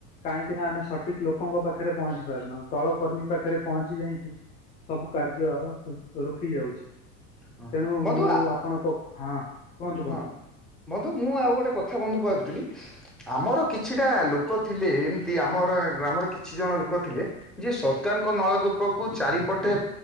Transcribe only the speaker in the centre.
ହଁ
ବନ୍ଧୁ
ହଁ ବନ୍ଧୁ ମୁଁ ଆଉ ଗୋଟେ କଥା ବନ୍ଧୁ ଭାବିଥିଲି।
ଆମର କିଛିଟା ଲୋକ ଥିଲେ ଏମତି ଆମର ଗ୍ରାମର କିଛି ଜଣ ଲୋକ ଥିଲେ ଯିଏ ସରକାରଙ୍କ <unintelligible> ନଳକୂପ କୁ ଚାରିପଟେ